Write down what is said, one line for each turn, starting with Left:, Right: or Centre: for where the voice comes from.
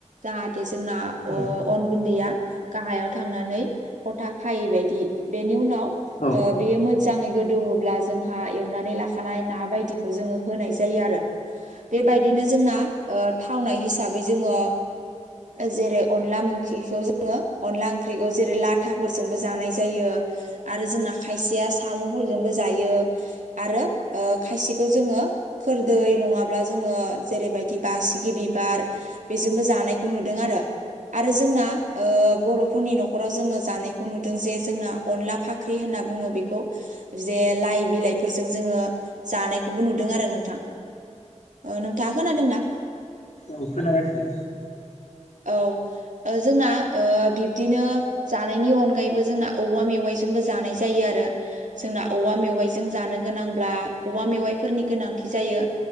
Right: जाहाथे जोंना
Left: औ
Right: अन गुन्दैया गाहायाव थांनानै गथा खायै बायदि बेनि उनाव
Left: औ
Right: ओ बेयो मोजाङै गोदौब्ला जोंहा एवनानै लाखानाय ना बायदिखौ जोङो होनाय जायो आरो बेबायदिनो जोंना ओ थावनाय हिसाबै जोङो जेरै अनला ओंख्रिखौ जोङो अनला ओंख्रिखौ जेरै लाथाफोरजोंबो जानाय जायो आरो जोंना खायसेया साम'फोरजोंबो जायो आरो ओ खायसेखौ जोङो खोरदै नङाब्ला जोङो जेरैबायदि बासिगि बिबार बेजोंबो जानायखौ नुदों आरो आरो जोंना ओ बर'फोरनि न' खराव जोङो जानायखौ नुदों जे जोंना अनला फाख्रि होनना बुङो बेखौ जे लाइ बिलाइफोरजों जोङो जानायखौबो नुदों आरो नोंथां ओ नों थाङा खोनादोंना
Left: औ खोनागासिनो
Right: औ ओ जोंना ओ बिब्दिनो जानायनि अनगायैबो जोंना औवा मेवाइजोंबो जानाय जायो आरो जोंना औवा मेवाइजों जानो गोनांब्ला औवा मेवाइफोरनि गोनांथि जायो